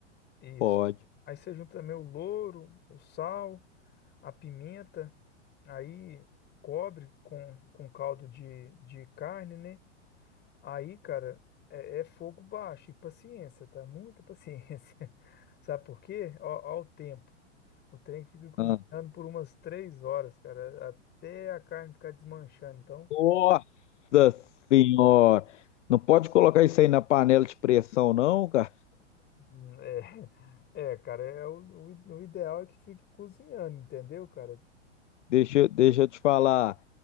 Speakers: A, on the left; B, on the left.
A: Isso.
B: Pode.
A: Aí você junta também o louro, o sal, a pimenta, aí cobre com, com caldo de, de carne, né? Aí, cara, é, é fogo baixo e paciência, tá? Muita paciência. <laughs> Sabe por quê? Ó, ó o tempo. O trem fica cozinhando
B: Ah.
A: por umas três horas, cara, até a carne ficar desmanchando. Então,
B: Nossa senhora! Não pode colocar isso aí na panela de pressão, não, cara.
A: Hum, É, <laughs> é, cara, é o, o i- o ideal é que fique cozinhando, entendeu, cara?
B: Deixa, eu- deixa eu te falar.